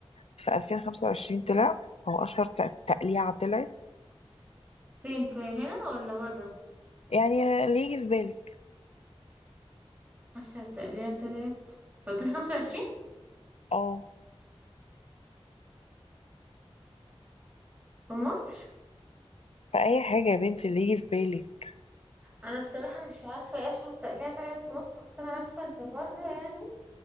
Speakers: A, on the left; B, on the right.
A: في 2025 طلع او اشهر ت... تقليعة طلعت
B: فين في هنا ولا بره
A: يعني اللي يجي في بالك
B: أشهر تقليع طلعت في 2025
A: اه
B: في مصر
A: فأي حاجة يا بنتي اللي يجي في بالك
B: أنا الصراحة مش عارفة إيه أشهر تقليع طلعت في مصر بس أنا عارفة إن بره يعني